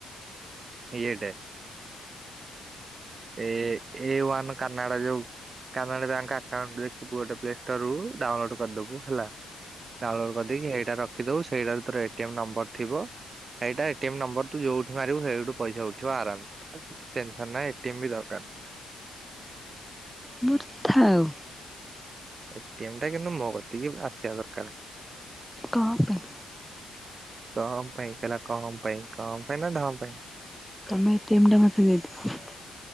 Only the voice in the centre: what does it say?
ମୋର ଥାଉ
କଣ ପାଇଁ?
ମୋ ଏ-ଟି-ଏମ୍ ଟା ମୋତେ ଦେଇଦିଅ।